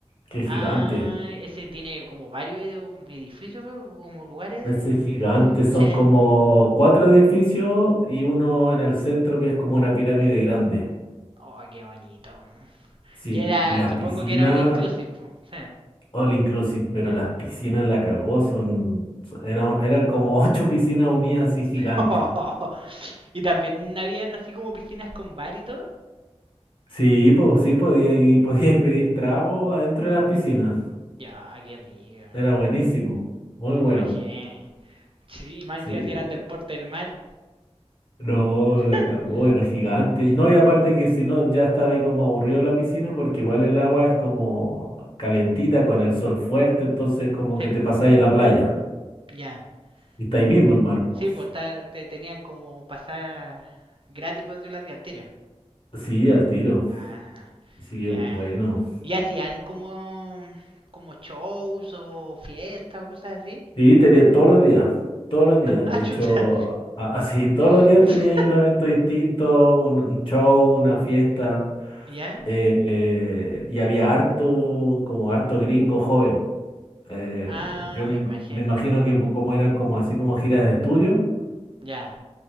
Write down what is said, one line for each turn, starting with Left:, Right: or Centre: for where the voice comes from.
Left: que es
Right: Ah,
Left: gigante.
Right: ese tiene como varios ed- edificios, pero como lugares
Left: Ese
Right: de...
Left: es gigante, son
Right: Sí.
Left: como cuatro edificios y uno en el centro que es como una pirámide grande.
Right: Oh, qué bonito.
Left: Sí,
Right: Y era,
Left: y las
Right: supongo
Left: piscinas,
Right: que era all inclusive, po. Sí.
Left: all inclusive, pero
Right: ya.
Left: las piscinas la cagó, son, so- eran, eran como <laughs> ocho piscinas unidas así gigantes.
Right: <laughs> Y también habían así como piscinas con bar y todo.
Left: Sí, pues sí, podía, y podía pedir trago adentro de las piscinas.
Right: Ya, qué rica.
Left: Era buenísimo, muy
Right: Me
Left: bueno.
Right: imaginé. Sí, y más
Left: Sí.
Right: encima si eran del porte del mar.
Left: No,
Right: <laughs>
Left: la cagó, era gigante. Y no, y aparte que si no, ya estaba ahí como aburrido la piscina, porque igual el agua es como calentita con el sol fuerte, entonces como
Right: Sí,
Left: que te
Right: po,
Left: pasáis a la playa.
Right: ya.
Left: Y está ahí
Right: Ah,
Left: mismo el mar, po.
Right: Sí, pues te tenían como pasar gratis, por decirlo así, al tiro.
Left: Sí, al tiro.
Right: Ajá,
Left: Así que
Right: ya.
Left: bueno.
Right: ¿Y hacían como, como shows o fiestas o cosas así?
Left: Sí, tenía todos los días, todos los días.
Right: Ah, ah,
Left: De
Right: chuta.
Left: hecho, a- a- <laughs> así, todos los
Right: <laughs>
Left: días tenía ahí un evento distinto, un, un show, una fiesta.
Right: ¿Ya?
Left: eh, eh, y había harto, como harto gringo joven. Eh,
Right: Ah,
Left: yo me,
Right: me
Left: ima-
Right: imagino.
Left: me imagino que po- como eran como así como giras de estudio,
Right: Ya,